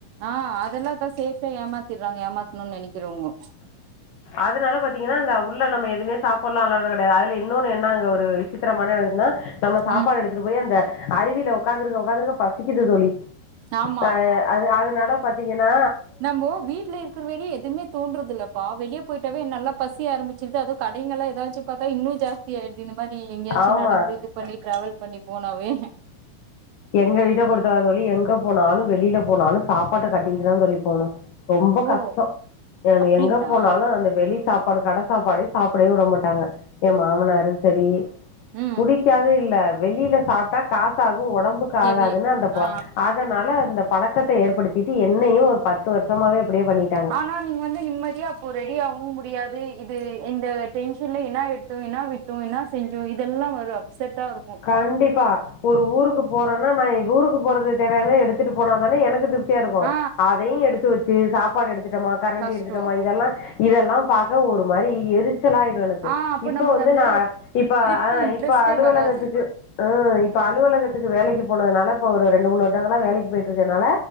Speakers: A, on the right; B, on the left.
A: ஆ அதெல்லா தா சேத்தே ஏமாத்திட்றாங்க ஏமாத்தணுன் நெனைக்கிறவ்ங்கோ
B: அதுனால பாத்தீங்கனா இந்த உள்ள நம்ம எதுமே சாப்புட்ணுலாகா கெடையாது அதுல இன்னொன்னு என்ன அங்க ஒரு விசித்திரமானதுனா நம்ம சாப்பாடு
A: ம்
B: எடுத்துட்டு போய் அந்த அருவில ஒக்காந்திருக்க ஒக்காந்திருக்க பசிக்குது தோழி
A: ஆமா
B: அ அது அதனால பாத்தீங்கனா
A: நம்போ வீட்ல இருக்குற வரையு எதுமே தோன்றதில்லப்பா வெளிய போயிட்டாவே நல்லா பசி ஆரம்பிச்சிர்து அது கடைங்கள்லா எதாச்சு பாத்தா இன்னு ஜாஸ் தி ஆய்டுது இந்த மாரி எங்கயாச்சு
B: ஆமாம்
A: நடந்து இது பண்ணி ட்ராவல் பண்ணி போனாவே
B: எங்க வீட்ட பொருத்தவர தோழி எங்க போனாலு வெளில போனாலு சாப்பாட்ட கட்டிட்டுதா தோழி போணு ரொம்ப
A: ஓ
B: கஷ்ட ஏ நீ
A: அப்டிங்களா
B: எங்க போனாலு அந்த வெளி சாப்பாடு கட சாப்பாடே சாப்டவே விட மாட்டாங்க ஏ மாமனாரு செரி
A: ம்
B: புடிக் காது இல்ல வெளில சாப்ட்டா காசாகு ஒடம்புக்காகதுன்னு
A: எவி
B: அந்த ப
A: ஆ
B: அதனால அந்த பழக்கத்த ஏற்படுத்திட்டு என்னையு ஒரு பத்து வர்ஷமாவே அப்டியே பண்ணிட்டாங்க
A: ஆனா நீங்க வந்து நிம்மதியா அப்போ ரெடியாகவு முடியாது இது இந்த டென்ஷன்ல என்ன எடுத்தோ என்ன விட் டோ என்னா செஞ்சோ இதெல்லா வரு அப்ஸெட்டா இருக்
B: கண்டிப்பா ஒரு ஊருக்கு போறன்னா நா எங்கூருக்கு போறது தேவையான எடுத்துட்டு போனா தானே எனக்கு திருப் த்தியா இருக்கு
A: ஆ
B: அதையும் எடுத்து வச்சு சாப்பாடு எடுத்துட்டமா கரண்டி
A: கஷ்டோ
B: எடுத்துட்டமா இதெல்லா இதெல்லா பாக்க ஒரு மாரி எரிச்சலாய் ஆனது
A: ஆ அப்ப
B: இப்போ
A: நம்மளுக்கு
B: வந்து
A: அந்த
B: நா இப்ப
A: ட்ரிப்பு
B: ஆ
A: இன்ட்ரெஸ்ட்டே
B: இப்ப அலுவலகத்துக்
A: வராது
B: ம் இப்ப அலுவலகத்துக்கு வேலைக்கு போனதுனால இப்ப ஒரு ரெண்டு மூணு வருடங்கல்லா வேலைக்கு போயிட்ருக்கனால